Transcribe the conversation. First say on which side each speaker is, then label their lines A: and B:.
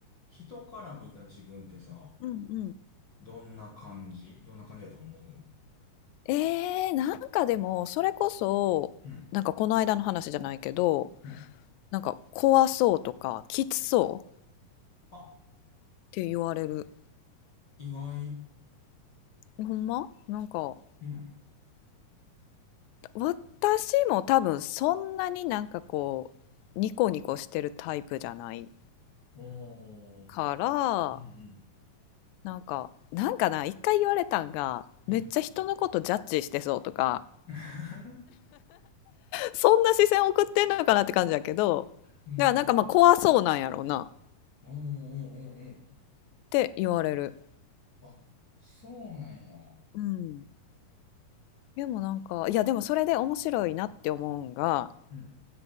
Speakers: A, on the left; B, on the left.
A: 人から見た自分ってさ、
B: うんうん。
A: どんな感じどんな感じだと思うう
B: えー、なんかでもそれこそなんかこの間の話じゃないけど
A: ん、うん。
B: なんか怖そうとかきつそうっ
A: あ、
B: て言われる
A: 意外。
B: ほんまなんか
A: うん。
B: 私も多分そんなになんかこうニコニコしてるタイプじゃない
A: おー。
B: から
A: うん、
B: なんかなんかな一回言われたんがめっちゃ人のことジャッジしてそうとか
A: うん、うん。<laughs>
B: そんな視線送ってんのかなって感じだけどだからなんかまあ怖そうなんやろうなっ
A: うん。おー、おー、おー、
B: て言われる。
A: おー。あ、そうなんや。
B: うんでもなんか、いやでもそれで面白いなって思うんが、
A: うん、